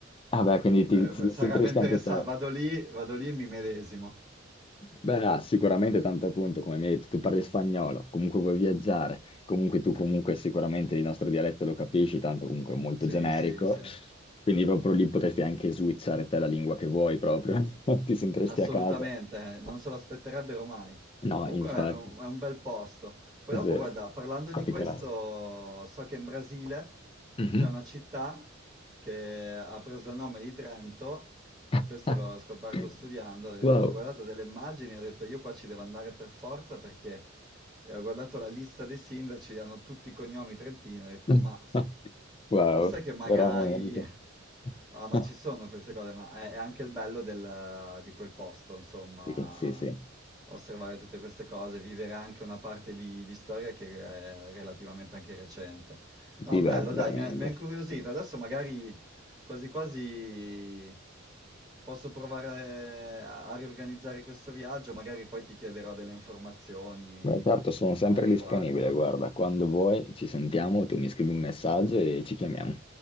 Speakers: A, on the left; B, on the right.
A: Vabbè, quindi ti,
B: eh,
A: ti
B: sarebbe
A: sentiresti
B: interessante.
A: anche te.
B: Vado lì, vado lì e mi medesimo.
A: Beh, ha sicuramente tanto appunto, come mi hai detto, tu parli spagnolo, comunque vuoi viaggiare, comunque tu comunque sicuramente il nostro dialetto lo capisci, tanto comunque è molto
B: Sì,
A: generico,
B: sì, sì.
A: quindi proprio lì potresti anche switchare te la lingua che vuoi proprio, <laughs> ti sentiresti
B: Assolutamente,
A: a casa.
B: eh, non se lo aspetterebbero mai.
A: No,
B: Comunque
A: infatti,
B: è un, è un bel posto. Poi
A: sì,
B: dopo, guarda, parlando
A: particolare.
B: di questo, so che in Brasile
A: Mhm.
B: c'è una città che ha preso il nome di Trento,
A: <laughs>
B: questo l'ho scoperto studiando, ho detto-
A: Wow,
B: ho guardato delle immagini e ho detto io qua ci devo andare per forza perché e ho guardato la lista dei sindaci, hanno tutti i cognomi trentini, ho detto,
A: <laughs>
B: ma,
A: wow,
B: ma sai che magari...
A: veramente.
B: Ah, ma
A: <laughs>
B: ci sono queste cose, ma è, è anche il bello del- di quel posto, insomma,
A: Sì, sì, sì,
B: osservare tutte queste cose, vivere anche una parte di, di storia che è relativamente anche recente.
A: sì,
B: No,
A: beh,
B: bello,
A: veramente.
B: dai, mi ha, mi ha incuriosito. Adesso magari Quasi quasi posso provare a a riorganizzare questo viaggio, magari poi ti chiederò delle informazioni
A: Beh, certo, sono sempre
B: a riguardo.
A: disponibile, guarda, quando vuoi ci sentiamo, tu mi scrivi un messaggio e ci chiamiamo.